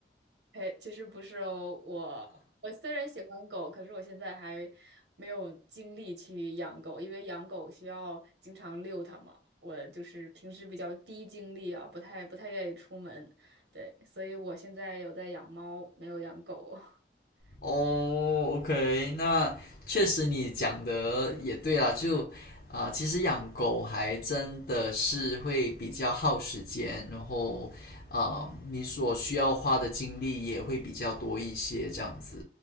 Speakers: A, on the right; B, on the left.
A: 嘿，其实不是哦，我我虽然喜欢狗，可是我现在还没有精力去养狗，因为养狗需要经常遛它嘛。我就是平时比较低精力啊，不太不太愿意出门，对，所以我现在有在养猫，没有养狗。<laughs>
B: 哦，OK，那确实你讲的也对啦，就啊、其实养狗还真的是会比较耗时间，然后啊、你所需要花的精力也会比较多一些，这样子。